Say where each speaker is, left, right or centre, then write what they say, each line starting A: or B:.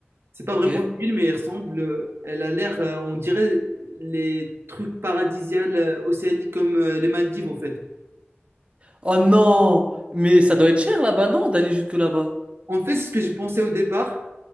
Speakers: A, on the right; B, on the right.
A: C'est pas
B: Ok.
A: vraiment une île, mais elle ressemble. euh, Elle a l'air, euh, on dirait les trucs paradisiaux euh, océaniques comme euh, les Maldives, en fait.
B: Oh non, mais ça doit être cher là-bas, non, d'aller jusque là-bas.
A: En fait, c'est ce que j'ai pensé au départ.